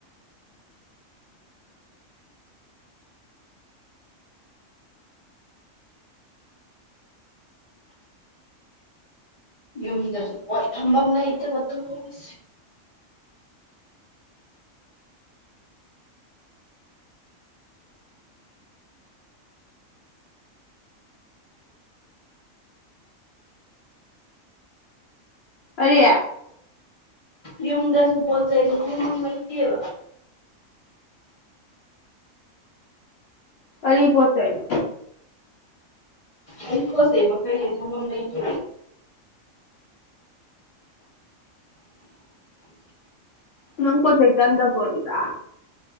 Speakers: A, on the left; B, on the left.
A: ꯌꯨꯝꯗꯁꯨ ꯊꯝꯕꯝ ꯅꯇꯠꯇꯁ
B: ꯑꯔꯤ
A: ꯌꯨꯝꯗꯁꯨ ꯄꯣꯠ ꯆꯩꯩꯗꯨ ꯂꯩꯇꯦꯕ
B: ꯀꯔꯤ ꯄꯣ ꯆꯩꯅꯤ
A: ꯑꯩ ꯄꯣꯁꯦꯕꯈꯥꯏ ꯍꯦꯇꯝꯝ ꯂꯩ ꯀꯦ
B: ꯅꯪ ꯀꯣꯆ ꯆꯟ ꯍꯗꯗ